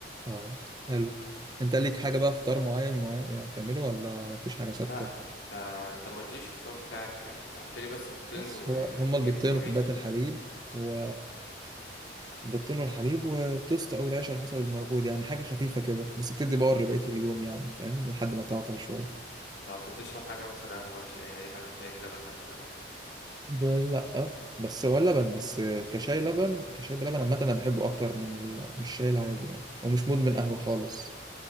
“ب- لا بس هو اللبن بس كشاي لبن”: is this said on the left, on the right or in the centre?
Right